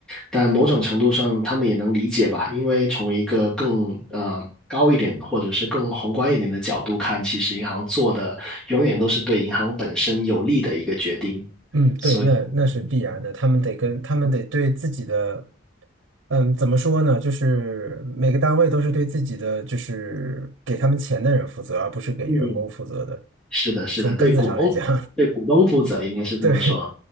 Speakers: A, in the centre; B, on the right.
A: 但某种程度上他们也能理解吧，因为从一个更呃高一点的或者是更宏观一点的角度看，其实银行做的永远都是对银行本身有利的一个决定，
B: 嗯，对，
A: 所以。
B: 那那是必然的，他们得跟他们得对自己的，嗯，怎么说呢？就是每个单位都是对自己的，就是给他们钱的人负责，而不是给员工负责的。
A: 嗯。是的，是的，
B: 从根子上来讲，
A: 对股东，对股东负责，应该是这么说。
B: <laughs> 对